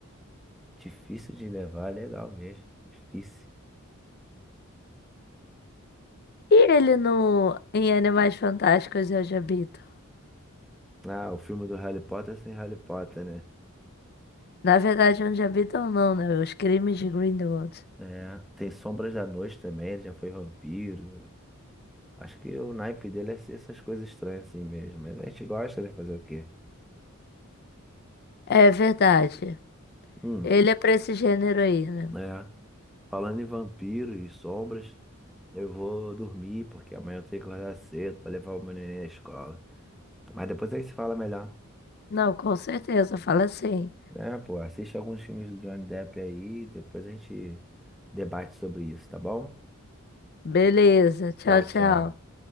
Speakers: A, in the centre; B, on the left.
A: Difícil de levar. Legal mesmo. Difícil.
B: E ele no em Animais Fantásticos e Onde Habitam?
A: Ah, o filme do Harry Potter sem Harry Potter, né?
B: Na verdade, Onde Habitam não, né? Os Crimes de Grindelwald.
A: É. Tem Sombras da Noite também. Ele já foi vampiro. Acho que o naipe dele é ser essas coisas estranhas assim mesmo. Mas a gente gosta, né? Fazer o quê?
B: É verdade.
A: Hum.
B: Ele é pra esse gênero aí, né?
A: É, falando em vampiro e sombras, eu vou dormir porque amanhã eu tenho que acordar cedo pra levar o meu neném à escola. Mas depois a gente se fala melhor.
B: Não, com certeza, fala assim.
A: É, pô, assiste alguns filmes do Johnny Depp aí, depois a gente debate sobre isso, tá bom?
B: Beleza, tchau,
A: Tchau,
B: tchau.
A: tchau.